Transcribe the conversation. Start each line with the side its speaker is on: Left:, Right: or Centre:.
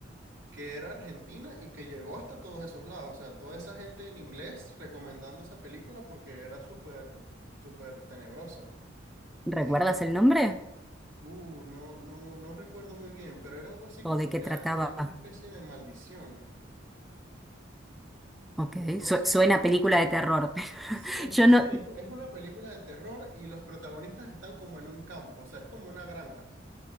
Right: que era argentina y que llegó hasta todos esos lados. O sea, toda esa gente en inglés recomendando esa película porque era súper, súper tenebrosa.
Centre: ¿Recuerdas
Right: Eh,
Centre: el nombre?
Right: Uh, no, no, no recuerdo muy bien, pero era algo así
Centre: ¿O
Right: como
Centre: de qué
Right: que
Centre: trataba?
Right: ha- había una especie de maldición.
Centre: Ok,
Right: No, no
Centre: su-
Right: sé
Centre: suena
Right: si te
Centre: a película
Right: suena.
Centre: de terror. <laughs>
Right: Sí, es
Centre: Yo
Right: que sí,
Centre: no,
Right: es, es una película de terror y los protagonistas están como en un campo, o sea, es como una granja.